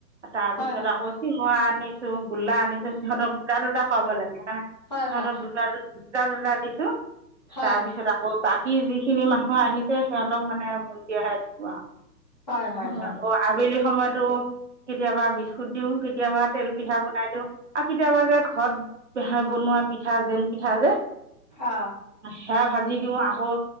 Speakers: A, on the right; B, on the left.
A: তাৰপিছত
B: হয় হয় হয়
A: আকৌ চিঙৰা আনিছোঁ। গোল্লা আনিছোঁ। সিহঁতক দুটা দুটা খোৱাব লাগিব। সেইকাৰণে
B: হয়
A: সিহঁতক
B: হয়
A: দুটা দুটা দুটা দুটা দিছোঁ।
B: হয়
A: তাৰপিছত আকৌ তাক সি যিখিনি মানুহ আহিছে, সিহঁতক মানে ভূঞ্জিয়াহে দিছোঁ আহ।
B: হয় হয়
A: অ'
B: হয়
A: আকৌ আবেলি সময়তো কেতিয়াবা বিস্কুট দিও কেতিয়াবা তেল পিঠা বনাই দিওঁ আ কেতিয়াবা যে ঘৰত বনোৱা পিঠা জেং পিঠা যে
B: অ
A: হেয়া ভাজিত দিও আকৌ